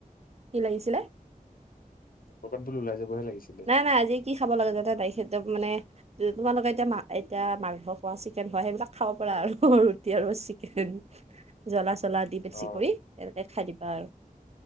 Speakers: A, on the right (about 45°); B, on the left (about 80°).
A: কি লাগিছিলে?
B: ক'ৰবাত বোলো ওলাই যাবহে লাগিছ
A: নাই নাই আজি কি খাব লগা <unintelligible> মানে তোমালোকে এতিয়া মা এতিয়া মাংস খোৱা চিকেন খোৱা সেইবিলাক খাব পাৰা আৰু ৰুটি আৰু চিকেন। জ্বলা চলা দি বেছি
B: অ
A: কৰি তেনেকে খাই দিবা আৰু।